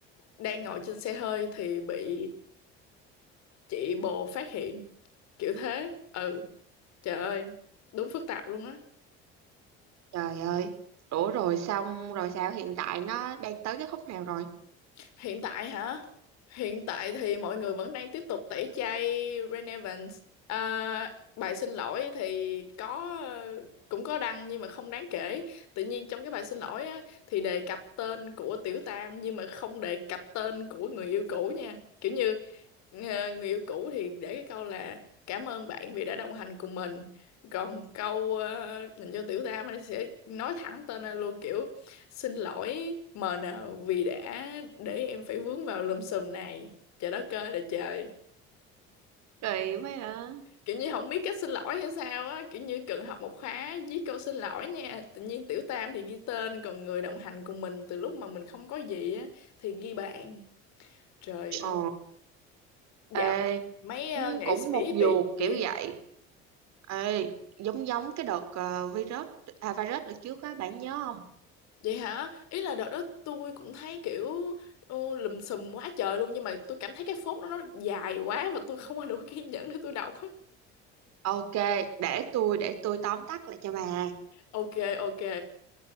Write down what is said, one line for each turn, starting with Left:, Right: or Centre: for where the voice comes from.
Left: đang ngồi trên xe hơi thì bị chị bồ phát hiện kiểu thế ừ trời ơi đúng phức tạp luôn á
Right: Trời ơi. Ủa rồi xong rồi sao hiện tại nó đang tới cái khúc nào rồi?
Left: Hiện tại hả? Hiện tại thì mọi người vẫn đang tiếp tục tẩy chay Ren Evans. À, bài xin lỗi thì có cũng có đăng nhưng mà không đáng kể. Tự nhiên trong cái bài xin lỗi á, thì đề cập tên của Tiểu Tam nhưng mà không đề cập tên của người yêu cũ nha. Kiểu như ờ, người yêu cũ thì để cái câu là cảm ơn bạn vì đã đồng hành cùng mình. Còn câu uh, dành cho Tiểu Tam ấy sẽ nói thẳng tên ra luôn kiểu Xin lỗi MN vì đã để em phải vướng vào lùm xùm này. Trời đất ơi là trời.
Right: Kỳ quá hả?
Left: Kiểu như không biết cách xin lỗi hay sao á. Kiểu như cần học một khóa viết câu xin lỗi nha. Tự nhiên tiểu tam thì ghi tên. Còn người đồng hành cùng mình từ lúc mà mình không có gì á. Thì ghi bạn. Trời ơi.
Right: Ờ. Ê,
Left: Dạo mấy ờ,
Right: cũng
Left: nghệ
Right: cũng
Left: sĩ
Right: một vuột
Left: bị gì
Right: kiểu
Left: á.
Right: vậy. Ê, giống giống cái đợt ờ, virus à, virus đợt trước á bạn nhớ không?
Left: Vậy hả? Ý là đợt đó tôi cũng thấy kiểu ừ, lùm xùm quá trời luôn. Nhưng mà tôi cảm thấy cái phốt đó nó dài quá. Và tôi không có đủ kiên nhẫn để tôi đọc á.
Right: Ok, để tôi để tôi tóm tắt lại cho bà.
Left: Ok ok